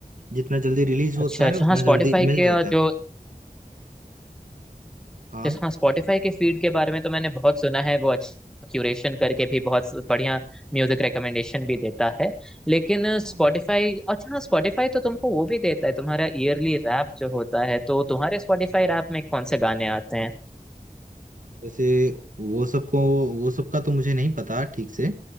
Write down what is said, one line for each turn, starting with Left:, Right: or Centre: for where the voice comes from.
Right: जितना जल्दी रिलीज
Centre: अच्छा
Right: होता
Centre: अच्छा
Right: है उतना
Centre: हाँ स्पॉटिफाई
Right: जल्दी मिल
Centre: के
Right: जाता
Centre: और जो
Right: है हाँ
Centre: जिस- हाँ स्पॉटिफाई के फीड के बारे में तो मैंने बहुत सुना है वो अच्छा क्यूरेशन करके भी बहुत बढ़िया म्यूजिक रिकमेंडेशन भी देता है लेकिन
Right: हाँ।
Centre: स्पॉटिफाई अच्छा हाँ स्पॉटिफाई तो तुमको वो भी देता है तुम्हारा ईयरली रैप जो होता है तो तुम्हारे स्पॉटिफाई रैप में कौन से गाने आते हैं
Right: वैसे वो सबको वो सबका तो मुझे नहीं पता ठीक से